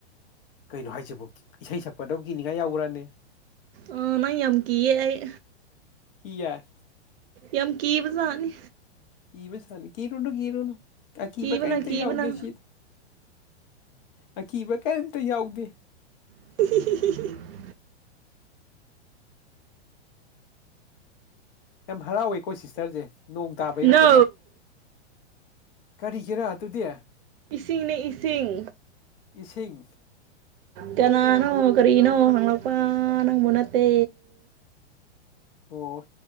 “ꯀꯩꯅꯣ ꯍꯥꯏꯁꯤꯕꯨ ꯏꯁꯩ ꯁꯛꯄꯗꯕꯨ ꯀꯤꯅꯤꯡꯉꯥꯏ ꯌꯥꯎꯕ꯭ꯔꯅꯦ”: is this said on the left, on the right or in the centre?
Left